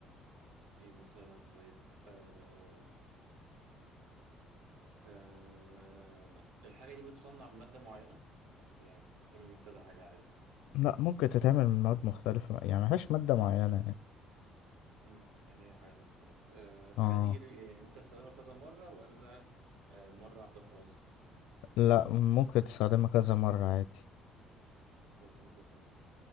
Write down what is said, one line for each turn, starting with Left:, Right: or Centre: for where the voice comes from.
Right: إيه مثلا طيب آه، آه، الحاجة دي بتصنع من مادة معينة ولا بتتعمل من كذا حاجة عادي؟
Left: لا ممكن تتعمل من مواد مختلفة يعني ملهاش مادة معينة يعني
Right: مم. يعني هي حاجة سهلة طيب آه، الحاجة
Left: اه
Right: دي يعني ممكن أستخدمها كذا مرة ولا آه، مرة واحدة وخلاص؟
Left: لا ممكن تستخدمها كذا مرة عادي
Right: بستخدمها كذا مرة